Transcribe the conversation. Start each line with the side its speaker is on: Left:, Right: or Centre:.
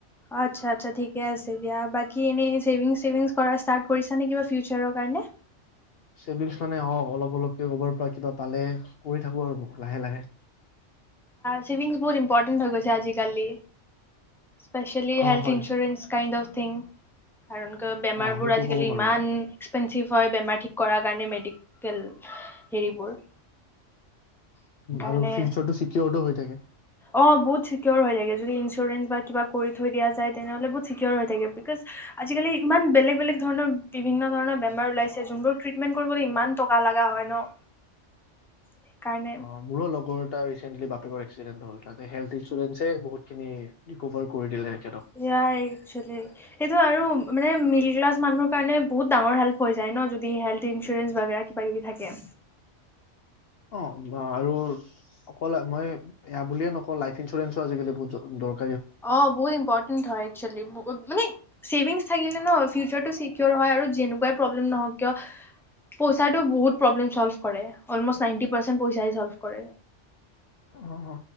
Centre: আচ্ছা! আচ্ছা! ঠিকে আছে দিয়া। বাকী এনেই ছেভিংছ, ছেভিংছ কৰা ষ্টাৰ্ট কৰিছা নে কিবা ফিউচাৰ কাৰণে?
Left: ছেভিংছ মানে, অ'! অলপ অলপকে কৰবাৰ পৰা কিবা পালে কৰি থাকোঁ আৰু লাহে লাহে।
Centre: ছেভিংছ বহুত ইম্পৰ্টেণ্ট হৈ গৈছে আজিকালি। স্পেচিয়েলি
Left: অ
Centre: হেল্থ
Left: হয়
Centre: ইঞ্চুৰেন্স কাইণ্ড অফ্ <unintelligible> কাৰণ ক' বেমাৰবোৰ
Left: অ সেইটো
Centre: আজিকালি
Left: ক'ব পাৰো
Centre: ইমান
Left: আৰু
Centre: একছেনচিফ হয় বেমাৰ। ঠিক কৰাৰ কাৰণে মেডিকেল হেৰিবোৰ। সেইকাৰণে
Left: আৰু ফিউচাৰটো চি কিয়ৰটো হৈ থাকে।
Centre: অ'! বহুত চিকিয়ৰ হৈ থাকে। যদি ইঞ্চুৰেঞ্চ বা কিবা কৰি থৈ দিয়া যায়, তেনেহলে বহুত চিকিয়ৰ হৈ থাকে। বিকজ আজিকালি ইমান বেলেগ, বেলেগ ধৰণৰ বিভিন্ন ধৰণৰ বেমাৰ ওলাইছে যোনবোৰ ট্ৰিটমেন্ট কৰিবলৈ ইমান টকা লগা হয় ন'! সেইকাৰণে
Left: অ'! মোৰো লগৰ এটা ৰিচেণ্টলি বাপেকৰ এক্সিডেণ্ট হ'ল। তাতে হেল্থ ইঞ্চুৰেঞ্চে বহুতখিনি ৰিকভাৰ কৰি দিলে। তেখেতক
Centre: ইয়াই একচোৱেলি সেইটো আৰু মানে মিডল ক্লাছ মানুহৰ কাৰণে বহুত ডাঙৰ হেল্প হৈ যায় ন'। যদি, হেল্থ ইঞ্চুৰেঞ্চ বা কিবা কিবি থাকে।
Left: অ'! বা আৰু ক'লা মই এয়া বুলিয়ে নকওঁ। লাইফ ইঞ্চুৰেঞ্চো আজিকালি বহুত দৰকাৰ।
Centre: অ'! বহুত ইম্পৰ্টেণ্ট হয়। একচুৱেলি মানে ছেভিংছ থাকিলে ন' ফিউচাৰটো চিকিঅৰ হয় আৰু যেনেকুৱাই প্ৰব্লেম নহওক কিয় পইচাটো বহুত চলভ কৰে। অলমষ্ট নাইটন্টি পাৰ্চেন্ট পইচাই চল্ভ কৰে।
Left: অ'! অ'!